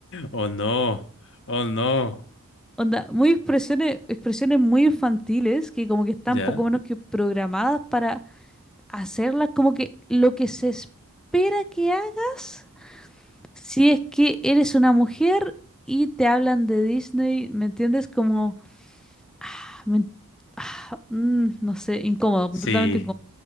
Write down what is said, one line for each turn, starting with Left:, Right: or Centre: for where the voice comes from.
Left: Oh no, oh no.
Centre: onda, muy expresiones, expresiones muy infantiles que como que están
Left: ¿Ya?
Centre: poco menos que programadas para hacerlas como que lo que se espera que hagas si es que eres una mujer y te hablan de Disney, ¿me entiendes? Como, ah, me- ah, mm, no sé, incómodo,
Left: Sí,
Centre: completamente